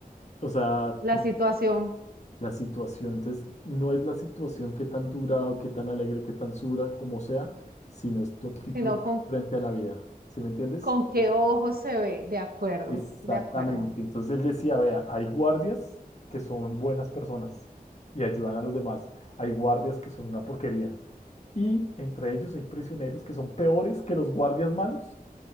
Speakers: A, on the left (about 45°); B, on the right (about 80°).
A: o sea,
B: La
A: que
B: situación,
A: la situación. Entonces, no es la situación qué tan dura o qué tan alegre, qué tan sura, como sea, sino es tu actitud
B: sino con,
A: frente a la vida. ¿Sí me entiendes?
B: con qué
A: Entonces,
B: ojos se ve. De acuerdo,
A: Exactamente.
B: de acuerdo,
A: Entonces él decía, vea, hay guardias que son buenas personas y ayudan a los demás. Hay guardias que son una porquería. Y entre ellos hay prisioneros que son peores que los guardias malos